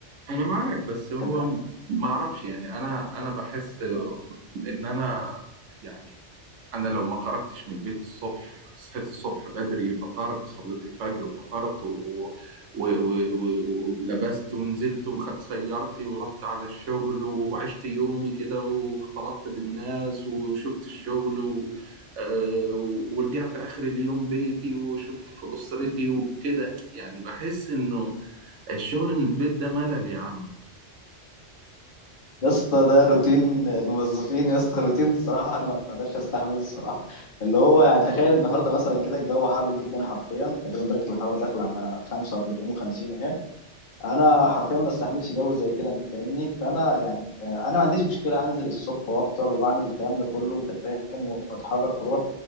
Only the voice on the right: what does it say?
انا معاك بس هو
ما اعرفش يعني انا انا بحس ان انا يعني انا لو ما خرجتش من البيت الصبح صحيت الصبح بدري فطرت صليت الفجر وفطرت و... و... و... و... ولبست ونزلت وخدت سيارتي ورحت على الشغل وعشت يومي كده واختلطت بالناس وشفت الشغل و... آه، ورجعت آخر اليوم بيتي وشوف أسرتي وكده يعني بحس إنه الشغل من البيت ده ملل يا عم